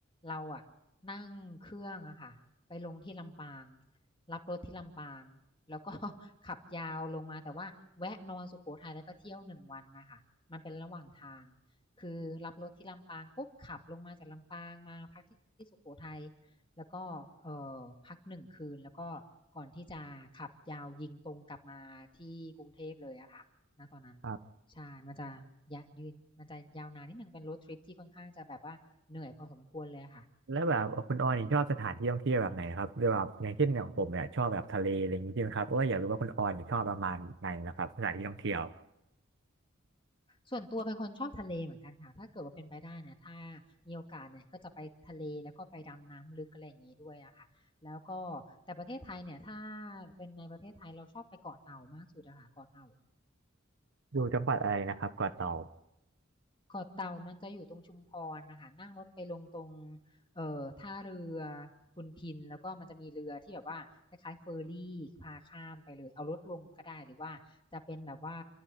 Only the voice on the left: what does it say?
เราอะนั่งเครื่องอะค่ะไปลงที่ลำปางรับรถที่ลำปางแล้วก็ <laughs> ขับยาวลงมาแต่ว่าแวะนอนสุโขทัยแล้วก็เที่ยวหนึ่งวันนะคะมันเป็นระหว่างทางคือรับรถที่ลำปางปุ๊บขับลงมาจากลำปางมาพักที่ที่สุโขทัยแล้วก็เอ่อพักหนึ่งคืนแล้วก็ก่อนที่จะขับยาวยิงตรงกลับมาที่กรุงเทพเลยอะค่ะณตอนนั้น
ใช่มันจะยะยืนมันจะยาวนานนิดหนึ่งเป็น road trip ที่ค่อนข้างจะแบบว่าเหนื่อยพอสมควรค่ะ
ส่วนตัวเป็นคนชอบทะเลเหมือนกันค่ะถ้าเกิดว่าเป็นไปได้นะถ้ามีโอกาสเนี่ยก็จะไปทะเลแล้วก็ไปดำน้ำลึกอะไรอย่างนี้ด้วยอะค่ะแล้วก็แต่ประเทศไทยเนี่ยถ้าเป็นในประเทศไทยเราชอบไปเกาะเต่ามากสุดอะค่ะเกาะเต่า
เกาะเต่ามันจะอยู่ตรงชุมพรนะคะนั่งรถไปลงตรงเอ่อท่าเรือพุนพินแล้วก็มันจะมีเรือที่แบบว่าคล้ายคลายเฟอร์รี่พาข้ามไปเลยเอารถลงก็ได้หรือว่าจะเป็นแบบว่า